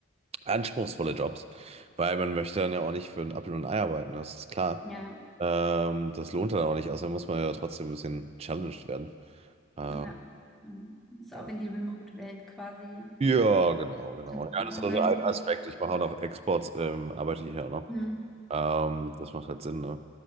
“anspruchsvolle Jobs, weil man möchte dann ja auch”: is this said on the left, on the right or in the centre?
Right